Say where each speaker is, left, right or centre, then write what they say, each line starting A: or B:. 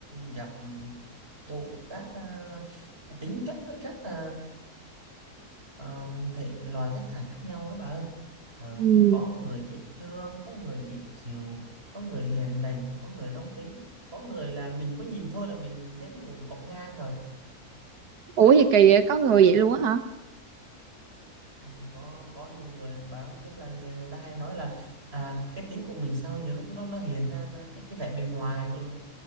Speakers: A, on the right (about 40°); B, on the right (about 85°).
A: gặp đủ các à, tính chất với các à, à, thể loại khách hàng khác nhau đó bà ơi Ờ,
B: ừ.
A: cũng có người dễ thương có người dễ chịu có người hiền lành cũng có người nóng tính có người là mình mới nhìn thôi là mình thấy cũng cọc ngang rồi
B: Ủa gì kỳ vậy? Có người vậy luôn á hả?
A: Rồi có có nhiều người báo biết là người người ta hay nói là à, cái tính của mình sao nhiều lúc nó nó hiện ra nó- cái cái vẻ bề ngoài luôn